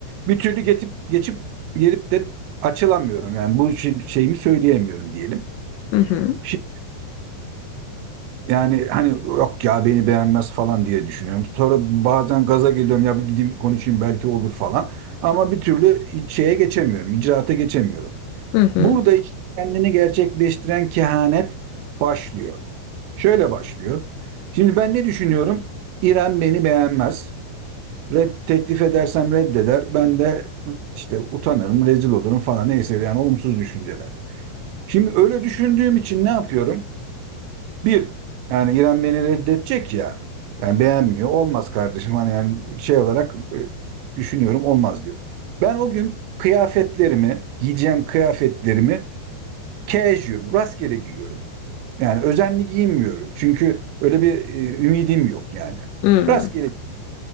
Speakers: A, on the right; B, on the left.
A: bir türlü geçip geçip gelip de açılamıyorum. Yani bu şey- şeyimi söyleyemiyorum diyelim.
B: hı
A: Şi- Yani hani yok ya beni beğenmez falan diye düşünüyorum. Sonra bazen gaza geliyorum ya bir gideyim konuşayım belki olur falan. Ama bir türlü şeye geçemiyorum, icraata geçemiyorum.
B: hı hı.
A: Burada işte kendini gerçekleştiren kehanet başlıyor. Şöyle başlıyor. Şimdi ben ne düşünüyorum? İrem beni beğenmez. Red, teklif edersem reddeder. Ben de işte utanırım, rezil olurum falan neyse yani olumsuz düşünceler. Şimdi öyle düşündüğüm için ne yapıyorum? Bir, yani İrem beni reddedecek ya. Yani beğenmiyor. Olmaz kardeşim. Hani yani şey olarak e, düşünüyorum olmaz diyor. Ben o gün kıyafetlerimi, giyeceğim kıyafetlerimi casual, rastgele giyiyorum. Yani özenli giyinmiyorum. Çünkü öyle bir e, ümidim yok yani.
B: hı.
A: Rastgele.